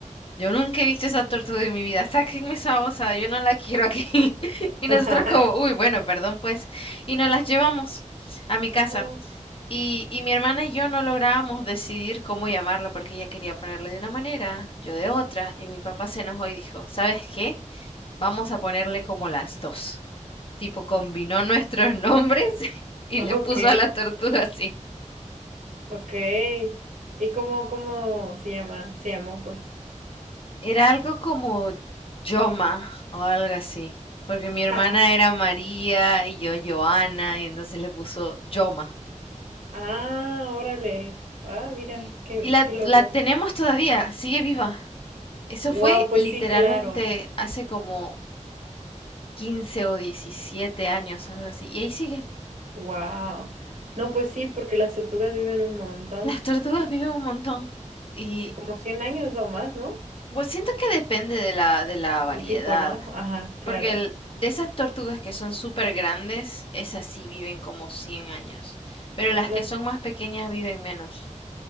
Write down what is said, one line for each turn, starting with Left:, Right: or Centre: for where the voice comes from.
Left: yo nunca he visto esa tortuga en mi vida, sáquenme esa osa, yo no la quiero aquí. <laughs> Y nosotros
Right: <laughs>
Left: como, uy, bueno, perdón pues. Y nos las llevamos a mi casa.
Right: oh.
Left: Y, y mi hermana y yo no lográbamos decidir cómo llamarla porque ella quería ponerle de una manera, yo de otra. Y mi papá se enojó y dijo, ¿sabes qué? Vamos a ponerle como las dos tipo combinó nuestros nombres <laughs> y
Right: Ok,
Left: le puso a la tortuga así.
Right: ok. ¿Y cómo, cómo se llama? Se llamó, pues.
Left: Era algo como Yoma o algo así, porque mi
Right: <laughs>
Left: hermana era María y yo Joana y entonces le puso Yoma.
Right: Ah, órale. Ah, mira,
Left: Y,
Right: qué,
Left: y la,
Right: qué loco.
Left: la tenemos todavía, sigue viva. Eso
Right: Wow,
Left: fue
Right: pues
Left: literalmente
Right: sí, claro.
Left: hace como 15 o 17 años, algo así. Y ahí sigue.
Right: Wow. No, pues sí, porque las tortugas viven un montón.
Left: Las tortugas viven un montón. Y
Right: Sí, como 100 años o más, ¿no?
Left: Pues siento que depende de la, de la variedad,
Right: El tipo, ¿no? Ajá, claro.
Left: porque el- de esas tortugas que son súper grandes, esas sí viven como 100 años, pero
Right: Co-
Left: las
Right: Las,
Left: que son más pequeñas viven menos.